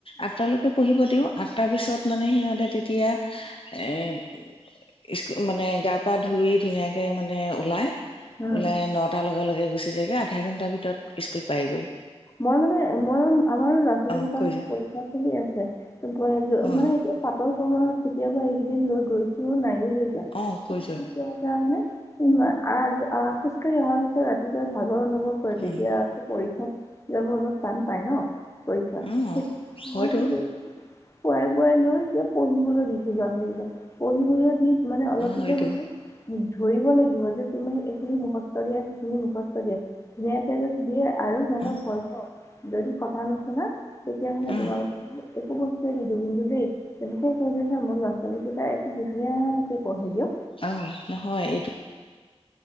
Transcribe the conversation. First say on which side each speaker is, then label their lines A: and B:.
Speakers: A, on the left; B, on the left.
A: আটঠালৈকে সিহঁতে, ও আঠটাৰ পিছত মানে, সিহঁতে তেতিয়া, এই স্কু-মানে গা পা ধুই ধুনীয়াকে মানে ওলাই
B: উম,
A: ওলাই, নটাৰ লগে-লগে গুচি যাইগে, আধা ঘন্টাৰ ভিতৰতে স্কুল পাইগৈ।
B: মই মানে এ-মই-আমাৰ ল'ৰা ছোৱালিকেইটাৰ
A: অ কৈ
B: মানে পৰীক্ষা চলি আছে। গৈ <unintelligible>
A: যোৱা
B: মানে,
A: অ
B: এতিয়া <unintelligible> ভ্ৰমণত কেতিয়াবা, এইকেইদিন লৈ গৈছোঁও নাই। <unintelligible>
A: অ কৈ যোৱা
B: আয-আঁ খোজকাঢ়ি অহাৰ পিছত, ৰাতিপুৱাই ভাগৰ অনুভৱ কৰে। তেতিয়া,
A: উম
B: পৰীক্ষাত যাব অলপ টান পায় ন' পৰীক্ষা।
A: উম
B: সেইটো
A: হয়তো
B: মই কি খুৱাই বোৱাই লৈ এতিয়া পঢ়িবলৈ দিছো ল'ৰা-ছোৱালীকেইটাক পঢ়িবলৈ দি মানে অলপ
A: অ
B: কি
A: হয়তো
B: যে মই উ ধৰিব লাগিব যে তোমাক এইখিনি মুখস্থ দিয়া সেইখিনি মুখস্থ দিয়া, ধুনীয়াকে যদি দিয়ে আৰু সিহঁতক
A: অ
B: হয় হওক। যদি কথা নুশুনা তেতিয়া হ'লে
A: উম
B: তোমালোকে একো বস্তুয়ে নিদিও কিন্তু দেই তেনেকে কৈ লৈজান মোৰ ল'ৰা ছোৱালীকেইটা একো ধুনীয়াকে পঢ়ে দিয়া।
A: অহ, নহয় এইট